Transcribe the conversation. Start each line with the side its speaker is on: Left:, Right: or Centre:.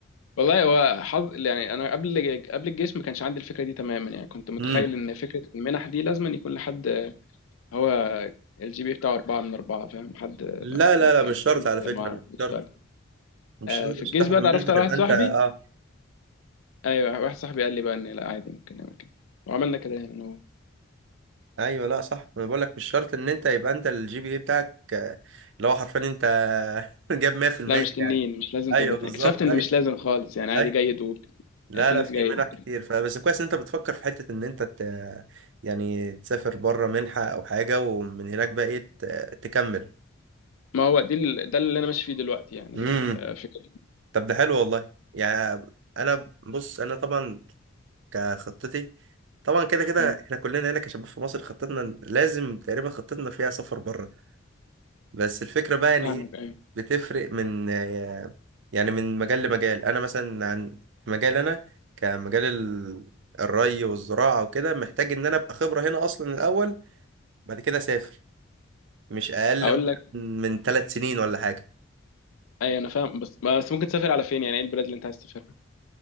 Left: والله هو حظ يعني أنا قبل قبل الجيش ما كانش عندي الفكرة دي تماما يعني كنت متخيل
Right: امم
Left: إن فكرة المنح دي لازم أن يكون لحد هو الجي بي بتاعه أربعة من أربعة فاهم حد
Right: لا
Left: ما
Right: لا لا مش شرط على
Left: ما
Right: فكره
Left: ما-
Right: مش
Left: مش
Right: شرط
Left: فارق
Right: مش
Left: آه،
Right: شرط
Left: في
Right: عشان
Left: الجيش
Right: تاخد
Left: بقى
Right: المنحه
Left: اتعرفت على
Right: تبقى
Left: واحد
Right: انت
Left: صاحبي
Right: اه
Left: أيوه واحد صاحبي قال لي بقى إن لا عادي ممكن نعمل كده وعملنا كده هنا أنا وهو.
Right: ايوه لا صح انا بقول لك مش شرط ان انت يبقى انت الجي بي اي بتاعك آه، اللي هو حرفيا انت <laughs> جاب 100%
Left: لا مش تنين
Right: يعني
Left: مش لازم
Right: ايوه
Left: تبقى تنين
Right: بالظبط
Left: اكتشفت إن
Right: ايوه
Left: مش لازم خالص يعني عادي
Right: ايوه
Left: جيد و...
Right: لا
Left: يعني في
Right: لا
Left: ناس
Right: في
Left: جيد
Right: منح كتير فبس كويس ان انت بتفكر في حته ان انت ت... يعني تسافر بره منحه او حاجه ومن هناك بقى ايه ت... تكمل
Left: ما هو دي ال... ده اللي أنا ماشي فيه دلوقتي يعني
Right: امم
Left: آه، فكرة
Right: طب ده حلو والله يعني انا بص انا طبعا كخطتي طبعا كده كده
Left: مم.
Right: احنا كلنا هنا كشباب في مصر خطتنا لازم تقريبا خطتنا فيها سفر بره بس الفكرة بقى يعني
Left: فاهمك
Right: ايه
Left: أيوه
Right: بتفرق من يعني من مجال لمجال انا مثلا عن في مجال انا كمجال ال- الري والزراعة وكده محتاج ان انا ابقى خبرة هنا اصلا الاول بعد كده اسافر مش اقل
Left: أقول لك
Right: من ثلاث سنين ولا حاجة
Left: أيوه أنا فاهم بس بس ممكن تسافر على فين يعني إيه البلاد اللي أنت عايز تسافرها؟